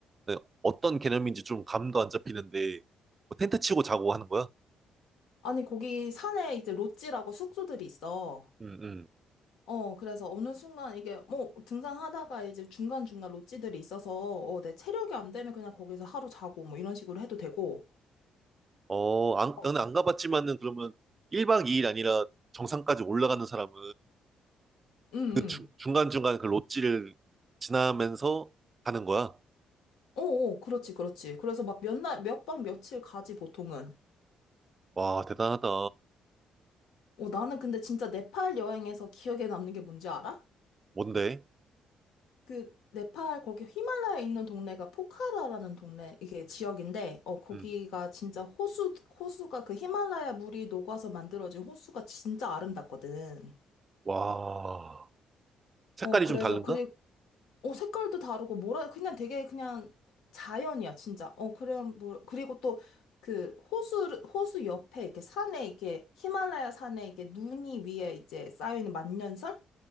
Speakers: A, on the right; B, on the left.
A: 네, 어떤 개념인지 좀 감도 안 잡히는데, 뭐 텐트 치고 자고 하는 거야?
B: 아니, 거기 산에 이제 롯지라고 숙소들이 있어.
A: 음, 음.
B: 어, 그래서 어느 순간 이게 뭐 등산하다가 이제 중간중간 롯지들이 있어서 어, 내 체력이 안 되면 그냥 거기서 하루 자고 뭐 이런 식으로 해도 되고.
A: 어, 안,
B: 어,
A: 나는 안 가봤지만은 그러면 1박 2일 아니라 정상까지 올라가는 사람은
B: 응,
A: 그
B: 응.
A: 중, 중간중간 그 롯지를 지나면서 가는 거야?
B: 어, 어, 그렇지, 그렇지. 그래서 막 몇 날, 몇 박 며칠 가지 보통은.
A: 와, 대단하다.
B: 어, 나는 근데 진짜 네팔 여행에서 기억에 남는 게 뭔지 알아?
A: 뭔데?
B: 그 네팔 거기 히말라야에 있는 동네가 포카라라는 동네 이게 지역인데 어 거기가
A: 음.
B: 진짜 호수 호수가 그 히말라야 물이 녹아서 만들어진 호수가 진짜 아름답거든.
A: 와, 색깔이
B: 어, 그래서,
A: 좀 다른가?
B: 어, 색깔도 다르고, 뭐라, 그냥 되게 그냥 자연이야, 진짜. 어, 그래, 뭐, 그리고 또 그 호수, 호수 옆에 이렇게 산에 이렇게 히말라야 산에 이렇게 눈이 위에 이제 쌓여있는 만년설?